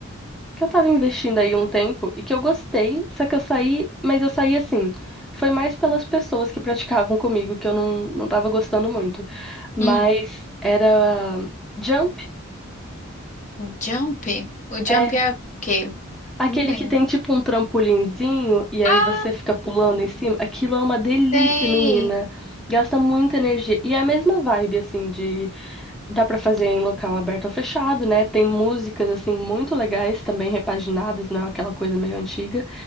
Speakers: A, in the centre; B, on the left.
A: que eu tava investindo aí um tempo e que eu gostei, só que eu saí, mas eu saí assim, foi mais pelas pessoas que praticavam comigo, que eu não, não tava gostando muito. Mas
B: Hum,
A: era jump,
B: jump? O jump
A: é
B: é o quê?
A: aquele
B: Não lembro.
A: que tem tipo um trampolinzinho e aí
B: Ah,
A: você fica pulando em cima. Aquilo é uma delícia,
B: sei.
A: menina. Gasta muita energia. E é a mesma vibe, assim, de Dá pra fazer em local aberto ou fechado, né? Tem músicas assim muito legais também repaginadas, não é aquela coisa meio antiga.